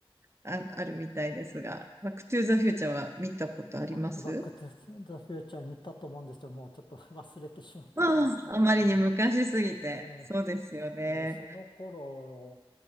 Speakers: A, on the right; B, on the left.
A: あ、あるみたいですが、バックトゥーザフューチャーは見たことあります
B: ホイトバックトゥザフューチャー見たと思うんですけど、もうちょっと <laughs> 忘れてしまったかなっていう感じで。
A: ああ、あまりに昔すぎて。
B: え
A: そうですよね。
B: ね、その頃、